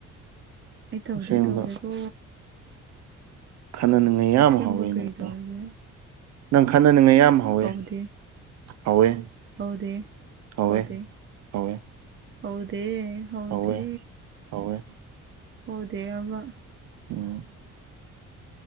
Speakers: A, on the right; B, on the right.
A: ꯑꯩ ꯇꯧꯗꯦ
B: ꯑꯁꯦꯡꯕ
A: ꯇꯧꯗꯦꯀꯣ
B: ꯈꯟꯅꯅꯤꯡꯉꯥꯢ ꯌꯥꯝ
A: ꯑꯁꯦꯡꯕ
B: ꯍꯧꯋꯦ
A: ꯀꯔꯤ
B: ꯅꯪꯗꯣ
A: ꯇꯧꯔꯒꯦ
B: ꯅꯪ ꯈꯟꯅꯅꯤꯡꯉꯥꯢ ꯌꯥꯝ ꯍꯧꯋꯦ
A: ꯍꯧꯗꯦ
B: ꯍꯧꯋꯦ
A: ꯍꯧꯗꯦ
B: ꯍꯧꯋꯦ
A: ꯍꯧꯗꯦ
B: ꯍꯧꯋꯦ
A: ꯍꯧꯗꯦ ꯍꯧꯗꯦ
B: ꯍꯧꯋꯦ ꯍꯧꯋꯦ
A: ꯍꯧꯗꯦ ꯍꯥꯢꯕ
B: ꯎꯝ